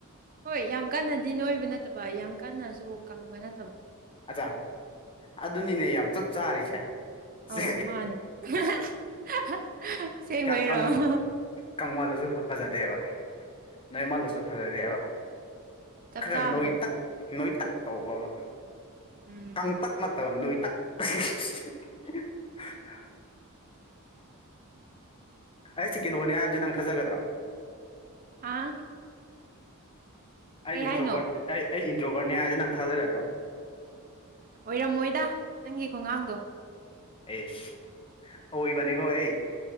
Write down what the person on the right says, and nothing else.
ꯍꯣꯏ ꯌꯥꯝ ꯀꯟꯅꯗꯤ ꯅꯣꯏꯕ ꯅꯠꯇꯕ ꯌꯥꯝ ꯀꯟꯅꯁꯨ ꯀꯪꯕ ꯅꯠꯇꯕ
ꯑꯧ
ꯃꯥꯅꯦ ꯑꯝꯍꯥꯍꯥ ꯍꯥꯍꯥꯍꯥ ꯁꯦꯡꯕꯩꯔꯣ
ꯑꯣꯍꯣꯍꯣ
ꯆꯞ
ꯆꯥꯕꯗꯣ
ꯎꯝ
ꯑꯥ
ꯀꯩ
ꯍꯥꯏꯅꯣ
ꯑꯣꯏꯔꯝꯃꯣꯏꯗ ꯅꯪꯒꯤ ꯈꯣꯡꯉꯥꯡꯗꯣ